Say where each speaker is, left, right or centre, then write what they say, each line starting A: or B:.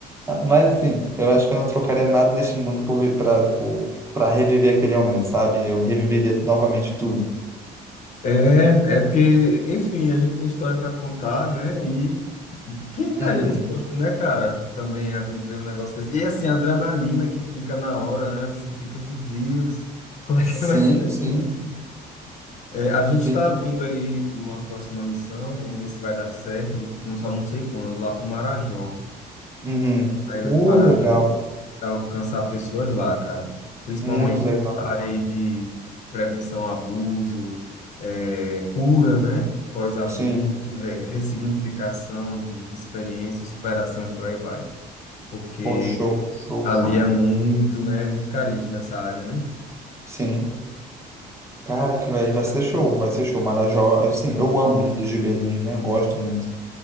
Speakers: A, on the right; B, on the left.
A: Ah, Mas assim, eu acho que eu não trocaria nada nesse mundo por vi- pra, tipo, pra reviver aquele momento, sabe? Eu reviveria novamente tudo.
B: É, é porque, enfim, a gente tem história para contar, né? E quem estaria
A: Uhum.
B: disposto, né, cara, também a viver um negócio desse? E assim, a adrenalina que fica na hora, né? Você fica, meu Deus, <laughs> como é
A: Sim,
B: que vai ser
A: sim,
B: isso? É, a gente
A: sim.
B: está vendo aí uma próxima missão, vamos ver se vai dar certo, não só não sei quando, lá para o Marajó,
A: Uhum.
B: a Ilha
A: Uh,
B: do Marajó
A: legal.
B: para alcançar pessoas lá, cara. Principalmente
A: Muito legal.
B: na área aí de prevenção ao abuso, eh, cura, né? Pós-abuso,
A: Sim.
B: re- ressignificação de, de experiência, superação e por aí vai. Porque
A: Pô, show, show.
B: ali é muito, né? Muito carente nessa área, né?
A: Sim. Cara, que vai, vai ser show, vai ser show. Marajó, assim, eu amo Ilhas Ribeirinhas, né? Eu gosto muito.